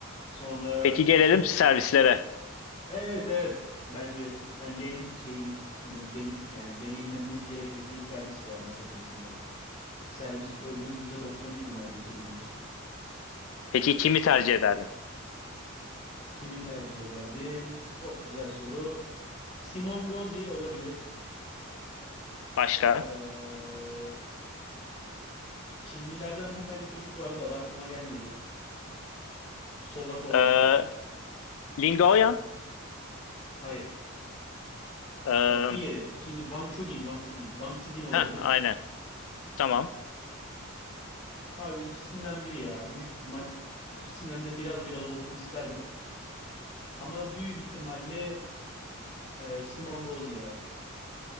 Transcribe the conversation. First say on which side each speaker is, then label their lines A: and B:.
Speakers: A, on the left; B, on the left.
A: sonra
B: Peki gelelim
A: şimdi
B: servislere.
A: evet evet bence bence en şeyli den- yani deneyimlenmesi gereken şey servis ya masa tenisinde. Servis oyunun yüzde doksanı gibi neredeyse benim için.
B: Peki kimi tercih ederdin?
A: Kimi tercih ederdim? Çok güzel soru. Simon Gozi olabilir.
B: Başka?
A: Ee, Çinlilerden bir tane çocuk vardı adı aklıma gelmedi. Solak olan.
B: Ee, Lingoyan.
A: Hayır.
B: Ee,
A: Ee, diğeri ikinci Wang Chugin, Wang Chugin. Wang Chugin olabilir.
B: heh, aynen. Tamam.
A: Abi ikisinden biri ya. Büyük ihtimal ikisinden de biraz biraz olsun isterdim. Ama büyük ihtimalle e, Simon Gauzy ya.